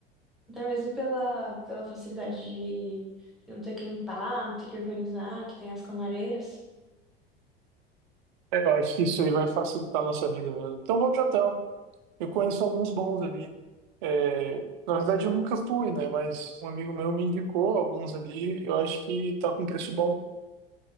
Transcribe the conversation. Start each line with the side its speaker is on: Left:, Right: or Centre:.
Centre: Até mesmo pela, pela facilidade de de não ter que limpar, não ter que organizar, que tem as camareiras.
Right: É, eu acho que isso aí vai facilitar a nossa vida mesmo. Então, vamos de hotel. Eu conheço alguns bons ali. É, na verdade, eu nunca fui, né? Mas um amigo meu me indicou alguns ali. Eu acho que tá com preço bom.